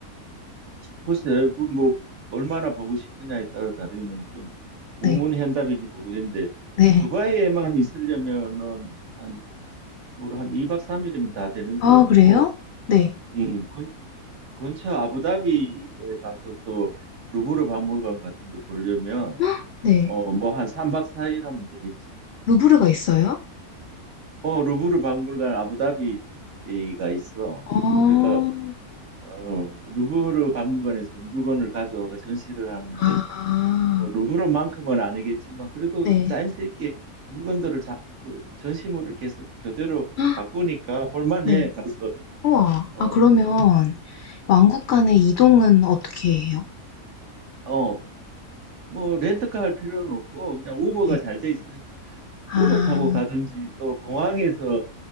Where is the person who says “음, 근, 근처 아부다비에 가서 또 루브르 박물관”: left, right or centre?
Right